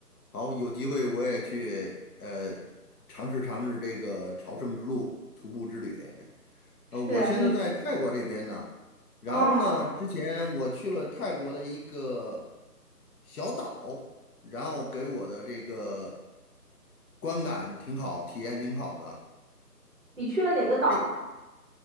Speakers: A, on the left; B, on the right.
A: 好，有机会我也去呃尝试尝试这个朝圣之路徒步之旅。
B: 是你，
A: 呃，我现在在泰国这边呢，然后呢，
B: 嗯，
A: 之前我去了泰国的一个小岛，然后给我的这个观感挺好，体验挺好的。
B: 你去了哪个岛呢？
A: 这